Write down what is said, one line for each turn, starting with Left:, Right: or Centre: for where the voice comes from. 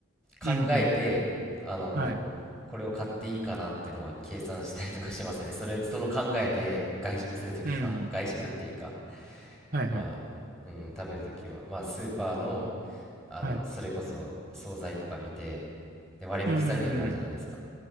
Centre: 考えて、
Right: うんうん。
Centre: あのこれを買っていいかなってのは計算したりとかしますね。
Right: はい。
Centre: それ、その考えで外食するときは、
Right: うん。
Centre: <laughs> 外食っていうか、
Right: はいはい。
Centre: まあ、うん、食べるときは、まあ、スーパーの、あの、
Right: はい。
Centre: それこそ惣菜とか見て、で、割引されてるのあるじゃないですか。
Right: うん。